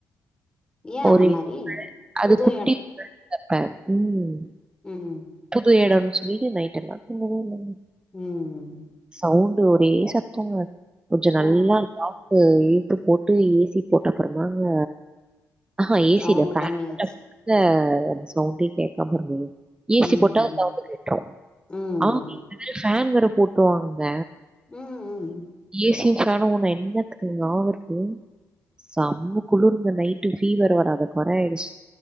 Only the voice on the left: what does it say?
ஏ அந்த
மாரி
புது
உம்
உம்
ஆ
சவுண்ட்
கம்மியாச்சு
ம்ஹும்
ம்
ம்
ம் ம்